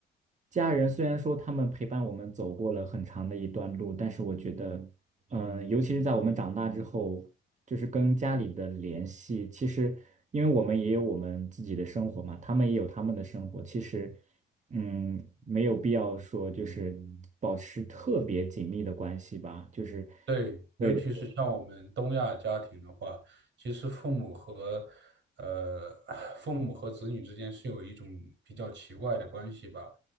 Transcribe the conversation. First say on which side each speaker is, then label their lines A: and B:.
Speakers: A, on the right; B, on the right.
A: 家人虽然说他们陪伴我们走过了很长的一段路，但是我觉得，嗯、尤其是在我们长大之后，就是跟家里的联系，其实因为我们也有我们自己的生活嘛，他们也有他们的生活，其实，嗯，没有必要说就是保持特别紧密的关系吧，就是。
B: 对，尤其是像我们东亚家庭的话，
A: 对的。
B: 其实父母和呃父母和子女之间是有一种比较奇怪的关系吧。